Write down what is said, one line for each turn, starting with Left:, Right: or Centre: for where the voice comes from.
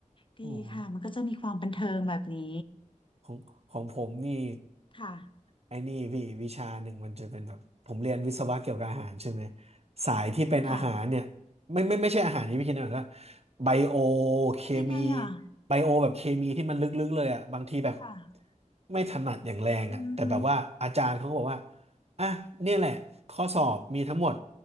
Left: ดีค่ะมันก็จะมีความบันเทิงแบบนี้
Right: โห ของของผมนี่
Left: ค่ะ
Right: ไอ้นี่พี่วิชาหนึ่งมันจะเป็นแบบผมเรียนวิศวะเกี่ยวกับอาหารใช่ไหมสายที่เป็นอาหารเนี่ย
Left: ค่ะ
Right: ไม่ไม่ไม่ใช่อาหารที่พี่คิดนะแบบว่าไบโอเคมี
Left: เป็นยังไงอ่ะ
Right: ไบโอแบบเคมีที่มันลึกๆเลยอ่ะบางทีแบบ
Left: ค่ะ
Right: ไม่ถนัดอย่างแรงอ่ะแต่แบบว่าอาจารย์เขาก็บอกว่า
Left: อือฮึ
Right: อ่ะเนี่ยแหละข้อสอบมีทั้งหมด